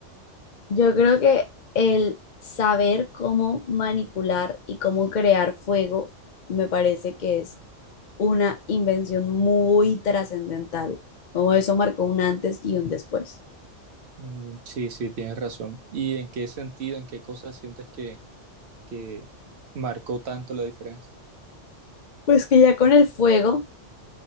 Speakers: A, on the left; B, on the right.
A: Yo creo que el saber cómo manipular y cómo crear fuego me parece que es una invención muy trascendental, como eso marcó un antes y un después.
B: Mm, sí, sí, tienes razón. ¿Y en qué sentido, en qué cosas sientes que, que marcó tanto la diferencia?
A: Pues que ya con el fuego,